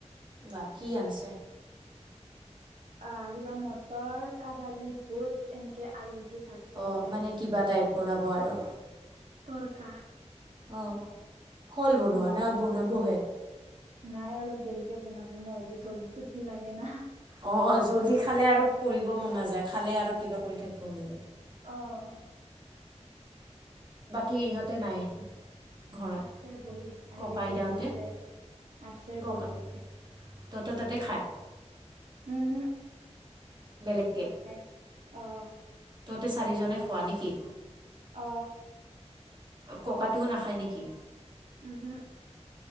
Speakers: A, on the right; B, on the right.
A: বাহ কি আনছে?
B: আহ, কিবা মটৰ, কাবালি বুট, এনেকে আলু দি ভাজব
A: অঁ
B: বলে।
A: মানে কিবা টাইপ বনাব আৰু।
B: তৰকা
A: অ' হল বনোৱা?
B: উম
A: না বনাব হে।
B: নাই অলপ দেৰিকে বনাব, নহলে চল-চোপনি লাগে না
A: অ জল্দি খালে আৰু পঢ়িব মন নাযায়, খালে আৰু কিবা কৰি থাকিব মন যায়।
B: আহ
A: বাকী ইহঁতে নাই। ঘৰত
B: আছে বহি আহি
A: ককা আইতাহঁতে
B: বহি আছে আছে
A: ককা
B: বহি আছে
A: তহঁতৰ ততেই খায়?
B: উহো
A: বেলেগকৈ
B: নাখায় অহ
A: তহতে চাৰিজনে খোৱা নেকি?
B: অহ
A: ককাটোও নাখায় নেকি?
B: উহো